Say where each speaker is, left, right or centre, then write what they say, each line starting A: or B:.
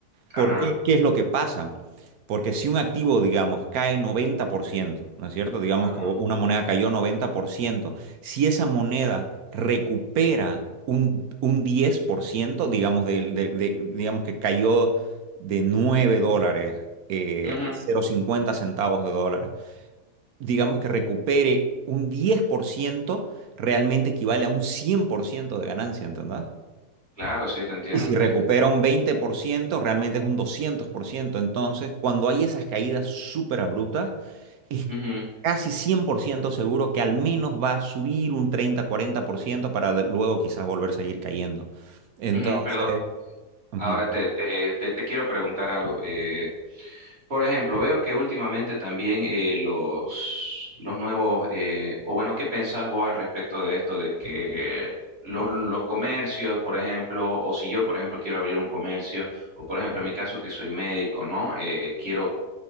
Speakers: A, on the right; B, on the right.
A: Ajá,
B: ¿Por qué? ¿Qué es lo que pasa? Porque si un activo, digamos, cae 90%, ¿no es cierto? Digamos
A: ajá.
B: que una moneda cayó 90%. si esa moneda recupera un, un 10%, digamos, de, de- de- digamos que cayó de 9 dólares eh,
A: Ujú.
B: cero coma cincuenta centavos de dólar digamos que recupere un diez por ciento realmente equivale a un 100% de ganancia, ¿entendés?
A: Claro, sí, te entiendo.
B: Y si recupera un 20% realmente es un doscientos por ciento Entonces, cuando hay esas caídas súper abruptas, es
A: Ujú,
B: casi 100% seguro que al menos va a subir un treinta cuarenta por ciento para de- luego quizás volver a seguir cayendo. Entonces,
A: ujú, Perdón,
B: ujú,
A: ahora te, te, te, te quiero preguntar algo. eh, Por ejemplo, veo que últimamente también eh, los, los nuevos, eh, o bueno, ¿qué pensás vos al respecto de esto de que los, los comercios, por ejemplo, o si yo, por ejemplo, quiero abrir un comercio, o por ejemplo, en mi caso que soy médico, ¿no? Eh, quiero